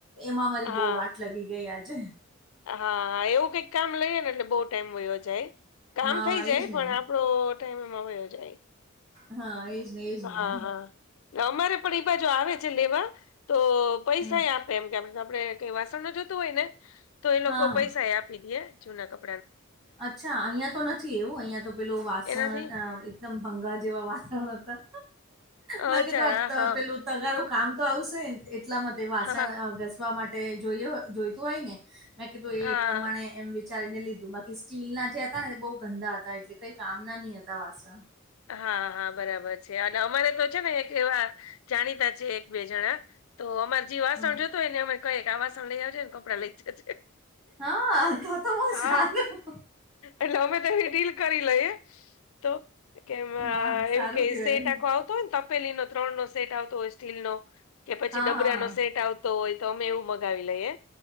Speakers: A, on the right (about 25°); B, on the left (about 80°).
A: એમાં મારી
B: હા
A: બહુ વાટ લગી ગઈ આજે.
B: હા એવું કઈક કામ લઈએ ને એટલે બહુ ટાઈમ વહ્યું જાય કામ
A: હા
B: થઈ જાય
A: એજ ને
B: પણ આપણો ટાઈમ એમાં વયો જાય
A: હા એજ ને એજ ને.
B: હા હા. અમારે બાજુ આવે છે લેવા તો પૈસા
A: હા
B: એમ કે આપડે કઈ વાસણ ન જોઈતું હોય ને તો એ લોકો
A: હા
B: પૈસા એ આપી દે જૂના કપડા
A: અચ્છા અહિયાં તો નથી એવું અહિયા તો પેલું વાસણ
B: એનાથી
A: એકદમ ભંગાર જેવા વાસણ હતા મેં
B: અચ્છા
A: કીધું
B: હા
A: પેલું તગારું કામ તો આવશેને એટલા માટે વાસણ
B: હા હા
A: ઘસવા માટે જોઈતું હોય ને. મેં કીધું
B: હા
A: એ પ્રમાણે એમ વિચારીને લીધું બાકી સ્ટીલ ના જે હતા ને બહુ ગંદા હતા એટલે કઈ કામ ના નઈ હતા વાસણ.
B: હા હા બરાબર છે અને અમારે તો છે ને એક એવા જાણીતા છે એક બે જણા તો અમાર જે વાસણ
A: હા
B: જોઇતા હોયને અમે કઈએ આ વાસણ લઈ આવજ ને કપડા લઈ જજે.
A: હા તો તો બહુ સારું.
B: હા એટલે અમે તો એની ડીલ કરી લઈએ તો <unintelligible>
A: વાહ સારું કેવાય
B: થેલી નો ત્રણ નો સેટ આવતો હોય સ્ટીલ નો કે પછી
A: હા
B: ડબલાનો
A: હા હા
B: સેટ તો એતો અમે એવું મંગાવી લઈએ